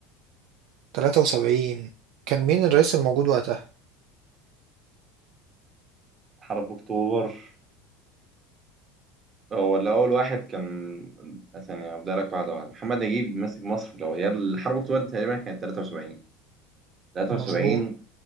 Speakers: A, on the right; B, on the right.
A: 73 كان مين الرئيس الموجود وقتها؟
B: حرب اكتوبر هو اللي اول واحد كان ثانية هبدأ لك واحدة واحدة محمد نجيب ماسك مصر لو هي الحرب اكتوبر دي تقريبا كانت 73 73
A: مظبوط